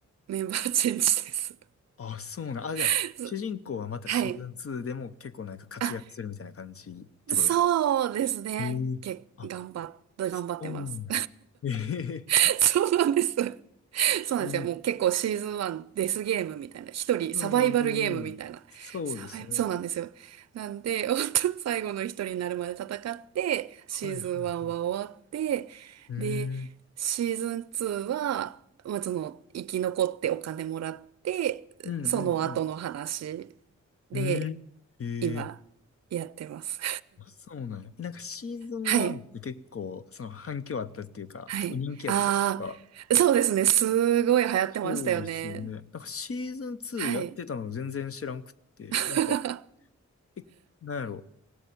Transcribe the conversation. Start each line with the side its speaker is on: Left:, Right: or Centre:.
Right: メンバーチェンジです。
Left: あ、そうなん。あ、じゃあ、
Right: <laughs> す
Left: 主人公はまたシーズン2でも結構なんか活躍するみたいな感じってことですか
Right: はい。あ、そうですね。
Left: ええあ、
Right: け、頑張っ、頑張ってます。
Left: そうなん。ええ
Right: <laughs> そうなんです。<laughs> そうなんですよ。
Left: ええ
Right: もう結構シーズン1デスゲームみたいな。一人サバイバルゲームみたいな。
Left: うんうんうんうん。そうですね。
Right: サバイ、そうなんですよ。なんで、<laughs> 本当最後の一人になるまで戦って、
Left: はいはいはい。
Right: シーズン1は終わって、
Left: うーん。
Right: で、シーズン2は、まあ、その、生き残ってお金もらって、
Left: うんうん
Right: その後の話で、
Left: うん。うーん。ええ。
Right: 今、やってます。
Left: そうなんや。なんかシーズン1って結構、
Right: <laughs> はい。
Left: その反響あったっていうか、
Right: はい。
Left: 結構人気やったじゃないですか。
Right: ああ、そうですね。すごい流行ってましたよね。
Left: そうですよね。なんかシーズン2やってたの全然知らんくって、
Right: はい。<laughs>
Left: なんか、え、なんやろ。